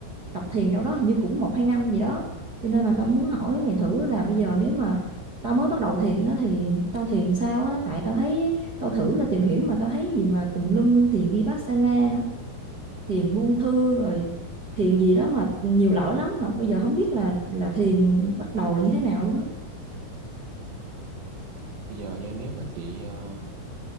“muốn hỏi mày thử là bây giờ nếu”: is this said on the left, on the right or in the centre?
Right